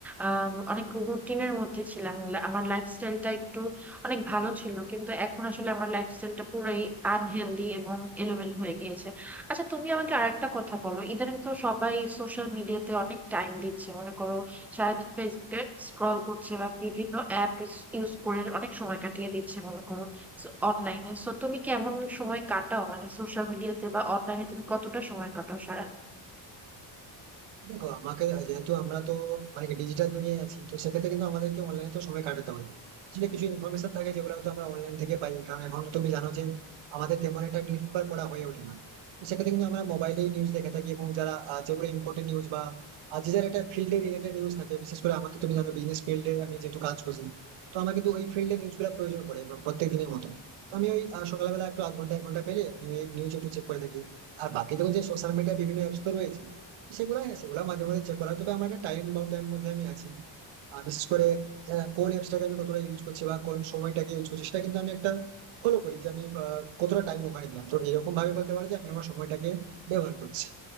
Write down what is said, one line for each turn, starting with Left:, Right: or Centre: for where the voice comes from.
Centre: আম, অনেক রুটিনের মধ্যে ছিলাম লা- আমার লাইফস্টাইলটা একটু অনেক ভালো ছিল কিন্তু এখন আসলে আমার লাইফস্টাইলটা পুরাই আনহেলদি এবং এলোমেলো হয়ে গিয়েছে আচ্ছা তুমি আমাকে আরেকটা কথা বলো ইদানিং তো সবাই সোশ্যাল মিডিয়াতে অনেক টাইম দিচ্ছে মনে করো সারাদিন ফেসবুকে স্ক্রল করছে বা বিভিন্ন অ্যাপ ইউজ করে অনেক সময় কাটিয়ে দিচ্ছে মনে করো অনলাইনে সো তুমি কেমন সময় কাটাও মানে সোশ্যাল মিডিয়াতে বা অনলাইনে তুমি কতটা সময় কাটাও সারা
Right: দেখো আমাকে যেহেতু আমরা তো মানে ডিজিটাল দুনিয়ায় আছি তো সেক্ষেত্রে কিন্তু আমাদেরকে অনলাইনে তো সময় কাটাতে হয় আসলে কিছু ইনফরমেশন থাকে যেগুলো হয়তো আমরা অনলাইন থেকে পাই কারণ এখন তো তুমি জানো যে আমাদের তেমন একটা নিউজ পেপার পড়া হয়ে ওঠে না তো সেক্ষেত্রে কিন্তু আমরা মোবাইলেই নিউজ দেখে থাকি এবং যারা আহ, যেগুলো ইম্পর্টেন্ট নিউজ বা আহ, যে যার একটা ফিল্ডে রিলেটেড নিউজ থাকে বিশেষ করে আমাদের তুমি জানো বিজনেস ফিল্ডে আমি যেহেতু কাজ করছি তো আমার কিন্তু ওই ফিল্ডে নিউজ গুলো প্রয়োজন পড়ে প্রত্যেক দিনের মতো তো আমি ওই আহ, সকালবেলা একটু আধ ঘন্টা এক ঘন্টা পেরিয়ে আমি ওই নিউজ একটু চেক করে থাকি আর বাকি তো যে সোশ্যাল মিডিয়া বিভিন্ন অ্যাপস তো রয়েছে সেগুলো হ্যাঁ সেগুলো মাঝে মাঝে চেক করা হয়। তবে আমার একটা টাইম বাউন্ডের মধ্যে আমি আছি আর বিশেষ করে আহ, কোন অ্যাপসটাকে আমি কতটা ইউজ করছি বা কোন সময়টাকে ইউজ করছি সেটা কিন্তু আমি একটা ফলো করি যে আমি আহ, কতটা টাইম ওখানে দিলাম তো এরকম ভাবে বলতে পারো যে আমি আমার সময়টাকে ব্যবহার করছি